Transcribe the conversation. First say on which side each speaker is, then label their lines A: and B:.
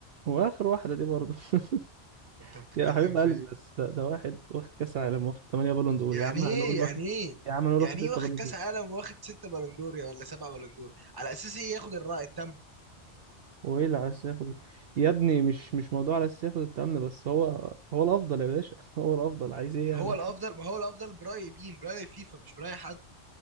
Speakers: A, on the right; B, on the right.
A: واخر واحده دي برضه <laughs>
B: انت بتتكلم
A: يا حبيب
B: في
A: قلبي
B: ايه
A: بس ده, ده واحد واخد كاس عالم واخد 8 بالون دور
B: يعني
A: يا عم
B: ايه
A: هنقول
B: يعني
A: واخد
B: ايه
A: يا عم هنقول
B: يعني
A: واخد
B: ايه
A: 6
B: واخد
A: بالون
B: كاس
A: دور
B: عالم واخد ستة بالون دور يا ولا سبعة بالون دور على اساس ايه ياخد الرأي التام
A: هو ايه اللي على اساس ياخد يا ابني مش مش موضوع على اساس ياخد التامن بس هو هو الافضل يا باشا <laughs> هو الافضل عايز ايه يعني
B: هو الافضل ما هو الافضل برأي مين برأي فيفا مش برأي حد